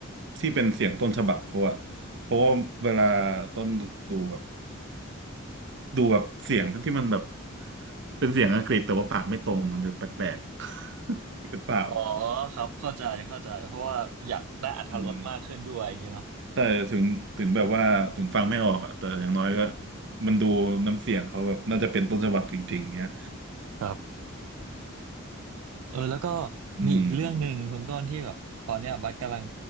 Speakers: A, on the right; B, on the right.
A: ที่เป็นเสียงต้นฉบับเขาอะเพราะว่าเวลาต้นดูแบบดูแบบเสียงที่มันแบบเป็นเสียงอังกฤษแต่ว่าปากไม่ตรงมันจะแปลกๆ <laughs> หรือเปล่า
B: อ๋อครับเข้าใจเข้าใจเพราะว่าอยากได้อรรถรสมากขึ้นด้วยอย่างเงี้ยเนาะ
A: เออ แต่ถึงถึงแบบว่าถึงฟังไม่ออกอะแต่อย่างน้อยก็มันดูน้ำเสียงเขาแบบน่าจะเป็นต้นฉบับจริงๆเนี้ย
B: ครับเออแล้วก็
A: อืม
B: มีอีกเรื่องหนึ่งคุณต้นที่แบบตอนเนี้ยบัสกำลัง